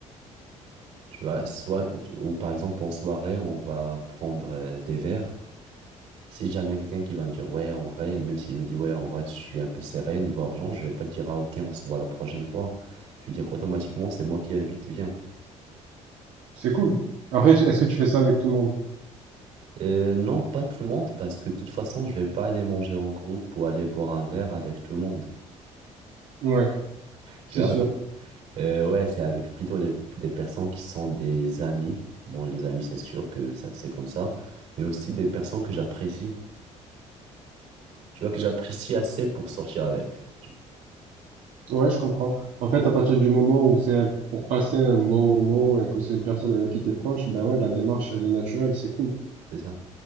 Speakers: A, on the right; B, on the right.
A: Tu vois, soit, ou par exemple, en soirée, on va prendre euh, des verres. Si jamais il y a quelqu'un qui va me dire, ouais, en vrai, même s'il me dit, ouais, en vrai, je suis un peu serré niveau argent, je vais pas dire, ah, ok, on se voit la prochaine fois. Je vais dire, automatiquement, c'est moi qui invite, viens.
B: C'est cool. Après, est-ce que tu fais ça avec tout le monde?
A: Euh, non, pas tout le monde, parce que de toute façon, je vais pas aller manger en groupe ou aller boire un verre avec tout le monde.
B: Ouais,
A: Tu
B: c'est
A: vois?
B: sûr.
A: Euh, ouais, c'est avec plutôt les, des personnes qui sont des amis. Bon, les amis, c'est sûr que ça, c'est comme ça. Mais aussi des personnes que j'apprécie. Tu vois, que j'apprécie assez pour sortir avec. Tu-
B: Ouais, je comprends. En fait, à partir du moment où c'est un- pour passer un bon moment et que c'est une personne avec qui t'es proche, ben ouais, la démarche, elle est naturelle, c'est cool.
A: C'est ça?